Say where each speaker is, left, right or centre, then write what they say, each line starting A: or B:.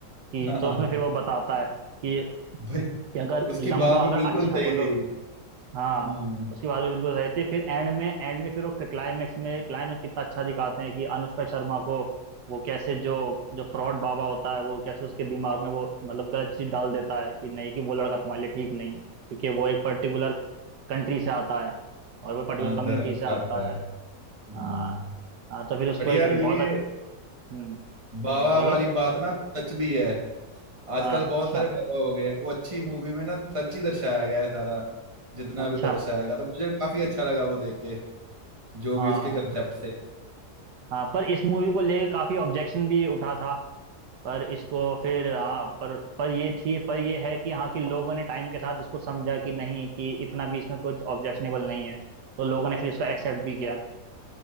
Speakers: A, on the right; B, on the right.
A: कि
B: हाँ हाँ
A: तो उसमें
B: हाँ
A: फिर वो बताता है कि,
B: भाई
A: कि अगर
B: उसकी
A: लंबा
B: बात भी
A: अगर
B: बिल्कुल
A: अच्छा
B: सही
A: बोलो
B: थी
A: हाँ
B: हम्म
A: उसकी बात भी बिल्कुल सही थी फिर एंड में एंड में फिर वो क्लाइमेक्स में क्लाइमेक्स कितना अच्छा दिखाते हैं कि अनुष्का शर्मा को वो कैसे जो जो फ्रॉड बाबा होता है वो कैसे उसके दिमाग में वो मतलब गलत चीज डाल देता है कि नहीं कि वो लड़का तुम्हारे लिए ठीक नहीं है क्योंकि वो एक पर्टिकुलर कंट्री से आता है और वो पर्टिकुलर
B: हाँ
A: कम्युनिटी
B: धर्म
A: से
B: चाहता
A: आता
B: है
A: है
B: हम्म
A: हाँ हाँ तो फिर उसको
B: बट यार
A: एक
B: ये
A: बहुत अच्छा
B: बाबा
A: बोलो
B: वाली बात ना सच भी है आजकल
A: हाँ अच्छा
B: बहुत सारे बाबा हो गए हैं। वो अच्छी मूवी में ना सच ही दर्शाया गया है सारा जितना
A: अच्छा
B: भी दर्शाया गया तो मुझे काफी अच्छा लगा वो देख के जो
A: हाँ
B: भी उसके कंसेप्ट से
A: हाँ पर इस मूवी को लेके काफी ऑब्जेक्शन भी उठा था पर इसको फिर हाँ पर पर ये थी पर ये है कि हाँ कि लोगों ने टाइम के साथ इसको समझा कि नहीं कि इतना भी इसमें कुछ ऑब्जेक्शनेबल नहीं है तो लोगों ने फिर इसको एक्सेप्ट भी किया